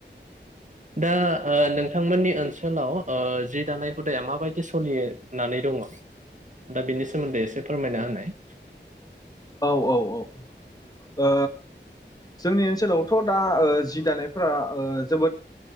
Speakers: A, on the right; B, on the left.
A: दा ओ नोंथांमोननि ओनसोलाव ओ जि दानाय हुदाया मा बायदि सलिनानै दङ दा बिनि सोमोन्दै एसे फोरमायना होनाय।
B: औ औ औ। ओ जोंनि ओनसोलावथ' दा ओ जि दानायफोरा ओ जोबोद